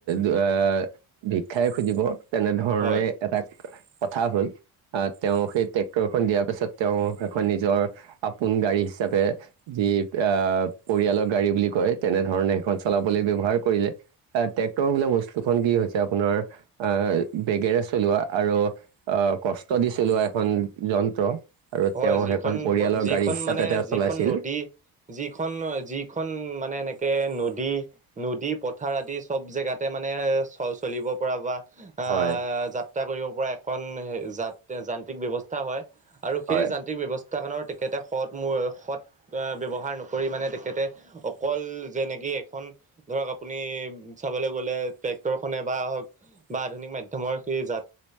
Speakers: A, on the right (about 65°); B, on the right (about 15°).
A: এ ভিক্ষাই খুজিব। তেনেধৰণে
B: হয়
A: এটা কথা হ'ল আহ তেওঁ সেই ট্ৰেক্টৰখন দিয়াৰ পাছত তেওঁ এখন নিজৰ আপোন গাড়ী হিচাপে যি আহ পৰিয়ালৰ গাড়ী বুলি কয় তেনেধৰণে সেইখন চলা আপুনি ব্যৱহাৰ কৰিলে। অ' ট্ৰেক্টৰ বোলা বস্তু খন কি হৈছে আপোনাৰ অ' বেগেৰে চলা চলোৱা আৰু অ' কষ্ট দি চলোৱা এখন যন্ত্ৰ আৰু
B: হয়
A: তেওঁ
B: যিখন
A: সেইখন পৰিয়ালৰ
B: যিখন
A: গাড়ী হিচাপে
B: মানে,
A: তেওঁ
B: যিখন
A: চলাইছিল
B: নদী যিখন-যিখন মানে এনেকে নদী নদী, পথাৰ আদি চব জেগাতে মানে চ চলিব পৰা বা আহ,
A: হয়
B: যাত্ৰা কৰিব পৰা এখন য যান্ত্ৰিক ব্যৱস্থা হয়। আৰু সেই
A: হয়
B: যান্ত্ৰিক ব্যৱস্থাখনত তেখেতে সৎত মোৰ সৎত ব্যৱহাৰ নকৰি মানে তেখেতে অকল যেনেকি এখন ধৰক আপুনি চাবলৈ গলে ট্ৰেক্টৰ খনে বা হ'ক বা আধুনিক মাধ্যমৰ সেই যাত